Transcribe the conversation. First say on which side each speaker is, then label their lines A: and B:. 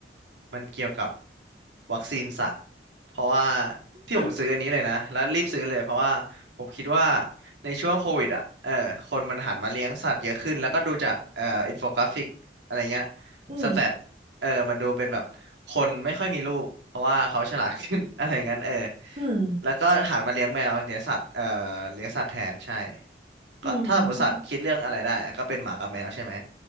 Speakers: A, on the right (about 80°); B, on the right (about 40°).
A: มันเกี่ยวกับวัคซีนสัตว์เพราะว่าที่ผมซื้ออันนี้เลยนะแล้วรีบซื้อเลยเพราะว่าผมคิดว่า
B: อ่ะ
A: ในช่วงโควิดอ่ะเออคนมันหันมาเลี้ยงสัตว์เยอะขึ้นแล้วก็ดูจากเอ่ออินโฟกราฟิกอะไรเงี้ย
B: อืม
A: สแตทเออมันดูเป็นแบบคนไม่ค่อยมีลูกเพราะว่าเขาฉลาดขึ้น <laughs> อะไรงั้นเออ
B: อืม
A: แล้วก็หันมาเลี้ยงแมวเลี้ยงสัตว์เอ่อเลี้ยงสัตว์แทนใช่
B: อืม
A: ก็ถ้าหมูสัตว์คิดเรื่องอะไรได้อะก็เป็นหมากับแมวใช่ไหม